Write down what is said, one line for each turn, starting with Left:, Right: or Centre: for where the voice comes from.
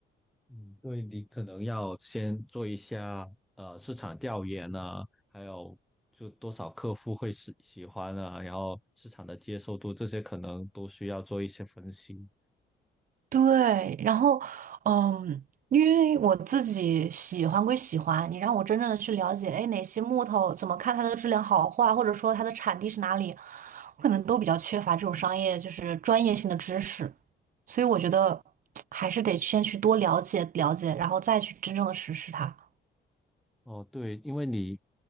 Centre: 嗯，对，你可能要先做一下呃市场调研啊，还有就多少客户会喜喜欢啊，然后市场的接受度这些可能都需要做一些分析。
Right: 对，然后，嗯，因为我自己喜欢归喜欢，你让我真正的去了解，哎，哪些木头怎么看它的质量好坏，或者说它的产地是哪里，我可能都比较缺乏这种商业就是专业性的知识，所以我觉得 <tsk> 还是得先去多了解了解，然后再去真正的实施它。
Centre: 哦，对，因为你